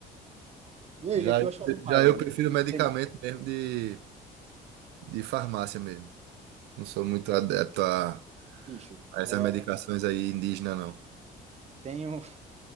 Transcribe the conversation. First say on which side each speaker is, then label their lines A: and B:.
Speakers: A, on the right; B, on the right.
A: E aí,
B: já,
A: o que é que tu acha de fazer mais,
B: já eu
A: velho?
B: prefiro
A: Nem-
B: medicamento
A: sei lá,
B: mesmo de, de farmácia mesmo. Não sou muito adepto a,
A: Bicho,
B: a essas
A: é,
B: medicações aí indígenas, não.
A: tenho